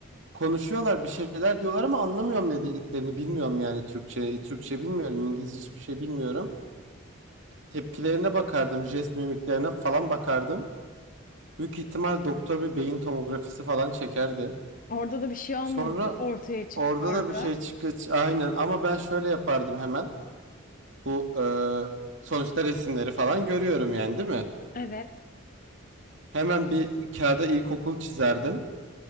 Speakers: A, on the right; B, on the left.
A: konuşuyorlar bir şeyler diyorlar ama anlamıyorum ne dediklerini. Bilmiyorum yani Türkçe. Türkçe bilmiyorum. İngilizce hiçbir şey bilmiyorum. Tepkilerine bakardım. Jest mimiklerine falan bakardım. Büyük ihtimal doktor bir beyin tomografisi falan çekerdi.
B: Orada da bir şey olmadı
A: Sonra
B: ortaya çıkardı.
A: orada da bir şey çıkıyor. Aynen ama ben şöyle yapardım hemen. Bu e, sonuçta resimleri falan görüyorum yani değil mi?
B: Evet.
A: Hemen bir kağıda ilkokul çizerdim.